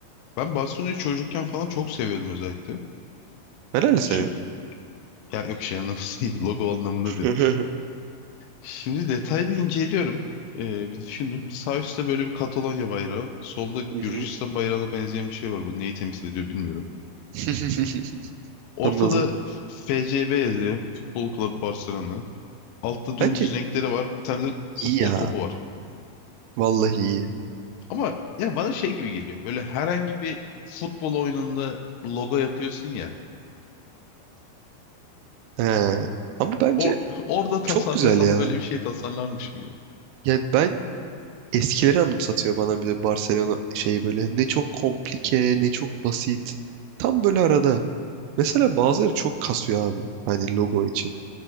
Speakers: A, on the left (about 85°); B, on the right (about 90°).
A: ben Barcelona'yı çocukken falan çok seviyordum özellikle.
B: Ben öyle seviyorum.
A: Şimdi ya yok şey anlamında <laughs> logo anlamında
B: <laughs>
A: diyorum. Şimdi detaylı inceliyorum. Ee, bir düşündüm. Sağ üstte böyle bir Katalonya bayrağı. Solda
B: Hı
A: Gürcistan
B: hı.
A: bayrağına benzeyen bir şey var. Bu neyi temsil ediyor bilmiyorum.
B: <laughs>
A: Ortada
B: Anladım.
A: FCB yazıyor. Futbol Kulübü Barcelona. Altta dümdüz
B: Bence
A: renkleri var. Bir tane de
B: iyi
A: futbol
B: ya.
A: topu var.
B: Vallahi iyi.
A: Ama yani bana şey gibi geliyor. Böyle herhangi bir futbol oyununda logo yapıyorsun ya.
B: He. Ama bence
A: Or <laughs> orada tasarlasam
B: çok güzel ya.
A: böyle bir şey tasarlarmışım gibi. E
B: Yani ben eskileri anımsatıyor bana bir de Barcelona şeyi böyle. Ne çok komplike, ne çok basit. Tam böyle arada. Mesela bazıları çok kasıyor abi. Hani logo için.